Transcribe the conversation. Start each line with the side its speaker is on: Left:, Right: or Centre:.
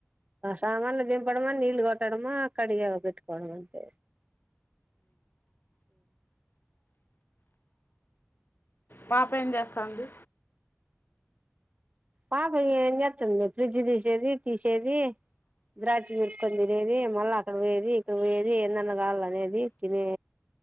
Right: సామాన్లు దింపడమా నీళ్ళలు కొట్టడమా అక్కడిగా పెట్టుకోవడం అంతే
Left: పాప ఏం చేస్తాంది
Right: పాప ఏం చేస్తుంది ఫ్రిడ్జ్ తీసేది తీసేది ద్రాచి పెకోని తినేది మళ్ళా అక్కడ పోయేది ఇక్కడ పోయేది ఎన్నన్నా కాల అనేది తినే